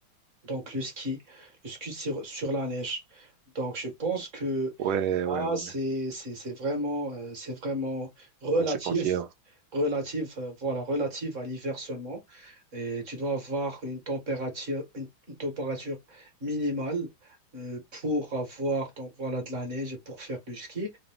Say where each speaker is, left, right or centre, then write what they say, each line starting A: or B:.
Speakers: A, on the right (about 40°); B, on the right (about 75°).
A: donc le ski, le ski sur, sur la neige. Donc je pense que
B: ouais ouais
A: là,
B: ouais
A: c'est
B: ouais
A: c'est- c'est vraiment, euh, c'est vraiment relative,
B: on se confie
A: relative, euh, voilà, relative à l'hiver seulement. Et tu dois avoir une température, une, une température minimale. euh, pour avoir donc voilà de la neige et pour faire du ski